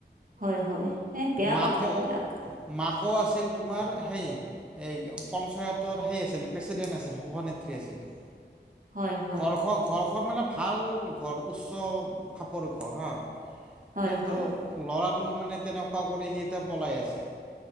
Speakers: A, on the right; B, in the centre.
A: হয়, হয়, এ বেয়া
B: মাকো
A: কথা এইবিলাক।
B: মাকো আছিল তোমাৰ হেই এই পঞ্চায়ত সেই আছিল প্ৰেচিডেণ্ট আছিল সভানেত্ৰী আছিলে
A: হয়, হয়,
B: ঘৰ খক ঘৰখন মানে ভাল ঘৰ উচ্চ খাপৰ ঘৰ হা।
A: হয়,
B: কিন্তু
A: হয়।
B: ল'ৰাটো মানে তেনেকুৱা কৰি সি এতিয়া পলাই আছে।